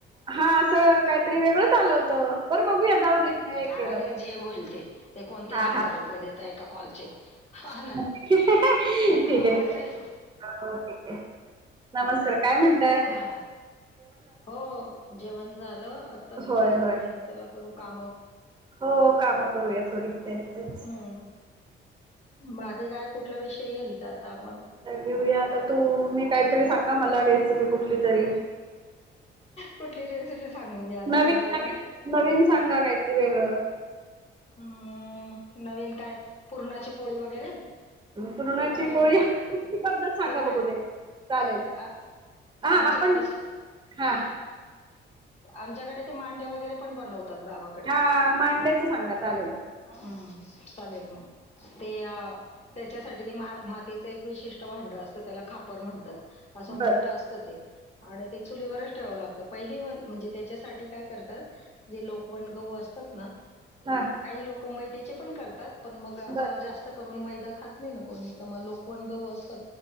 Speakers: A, on the right; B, on the left.
A: हा असं काहीतरी वेगळंच आलं होतं. बरं बघूया जाऊ दे म एक
B: जाऊदे
A: गेला तर गेला.
B: जे होईल ते ते कोणते
A: हा
B: हजार
A: हा
B: रुपये देत एका कॉलचे. हां ना.
A: हा हा ठीक
B: हो,
A: आहे ठीक
B: मग
A: आहे.
B: काय.
A: हो हो ठीक आहे नमस्कार काय म्हणत-
B: हा हो जेवण झालं आता थोडस
A: होय
B: म्हटलं
A: होय.
B: चला- करू काम.
A: हो काम करूया थोडी तेच तेच.
B: हं. बाकी काय कुठला विषय घ्यायचा आता आपण,
A: तर घेऊया आता तू मी काहीतरी सांगा मला रेसिपी कुठली तरी?
B: कुठली रेसिपी सांगू मी आता
A: नवीन
B: तुम्हाला?
A: नवीन नवीन सांगा काहीतरी वेगळं.
B: हम्म नवीन काय. पुूरणाची पोळी वगैरे
A: पुरणाची
B: ते तर माहिती
A: पोळी
B: असेल
A: कुठली पद्धत सांगा
B: ते माह
A: बघू दे चालेल हा
B: आमच्याकडेच
A: आपण हा
B: आमच्याकडे ते मांडे वगैरे पण बनवतात गावा
A: हा मांड्याच सांगात आलेल
B: हम्म चालेल म ते त्याच्यासाठी ते मातीच एक विशिष्ट भांड असत त्याला खापर म्हणतात असं
A: बर
B: मोठं असत ते आणि ते चुलीवरच ठेवावं लागतं पहिली म्हणजे त्याच्यासाठी काय करतात जे लोकवण गहू असतात ना,
A: हा,
B: काही लोकं मैद्याचे पन करतात, पन मग आता
A: बर
B: जास्त करून मैदा खात नाही ना कोणी, क म आता लोकवण गहू असतात,